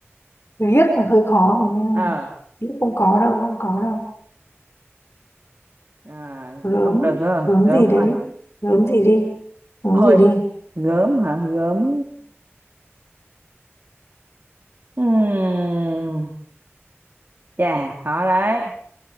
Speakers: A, on the left; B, on the right.
A: ghiếc là hơi khó rồi nha
B: Ờ,
A: ghiếc không có đâu không có đâu
B: à,
A: gớm
B: không được rồi,
A: gớm
B: gớm
A: gì đấy
B: thôi.
A: gớm gì đi gớm
B: Thôi,
A: gì đi
B: gớm hả, gớm. Ừm, Chà, khó đấy.